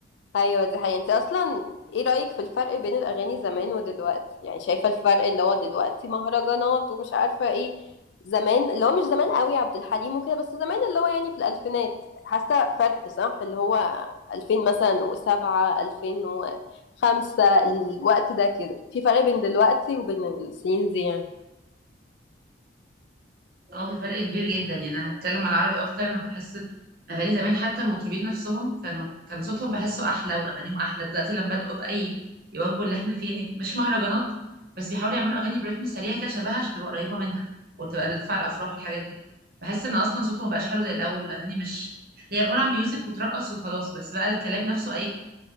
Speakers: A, on the left; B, on the right.
A: ايوه دي حقيقة انت اصلا ايه رأيك في الفرق بين الاغاني زمان ودلوقتي يعني شايفة الفرق اللي هو دلوقتي مهرجانات ومش عارفة ايه زمان اللي هو مش زمان قوي عبد الحليم وكده بس زمان اللي هو يعني في الالفينات حاسة فرق صح اللي هو 2000 مثلا وسبعة 2005 الوقت ده كده في فرق بين دلوقتي وبين السنين دي يعني
B: اه في فرق كبير جدا يعني انا هتكلم على العربي اكتر انا بحس اغاني زمان حتى المطربين نفسهم كانوا كان صوتهم بحسه احلى واغانيهم احلى دلوقتي لما بداوا بقى ي- يواكبوا اللي احنا فيه يعني مش مهرجانات بس بيحاولوا يعملوا اغاني برتم سريع كده شبهها عشان تبقى قريبه منها وتبقى تدفع الافراح والحاجات دي بحس ان اصلا صوتهم مبقاش حلو زي الاول الاغاني مش هي عباره عن ميوزك وترقص وخلاص بس بقى الكلام نفسه اي